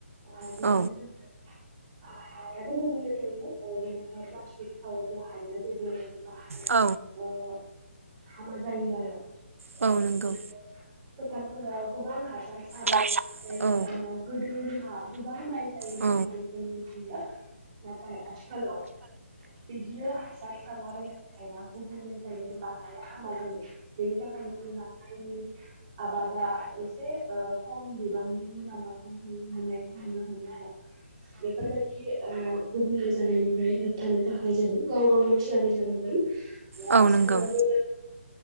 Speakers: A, on the right (about 15°); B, on the right (about 75°).
A: ओ बिदिनो
B: औ
A: जों हा-हायाबो गुबुंले जा जायो ओ बेनिखायनो प्लास्टिक सावोब्ला हाया जेबो बा हाया
B: औ
A: ओ हामा जायो आरो ओ
B: औ
A: बिदिनोथ'
B: नंगौ
A: फोथारफोराव गोबां हास सार सारो
B: औ
A: जायनि
B: औ
A: जाहोनाव गोदो जोंहा गोबां माइ जायोमोन
B: औ
A: होननानै जों मिथियो। नाथाय आथिखालाव बिदिनो हासार सारलाबायनानै हाया गुबुंले जायो बा हाया हाम मा जायो बेनि थाखायनो जोंहा <unintelligible> आबादा एसे ओ खम बिबांनि मुलाम्फाखौ जों मोननायखौ नुनो मोनो आरो। बेफोरबायदि ओ गुबुंले जानायनिफ्राय होबथानो थाखाय जों गाव-गावनो थियारि जानांगोन। ओ
B: औ
A: आथिखालावबो
B: नंगौ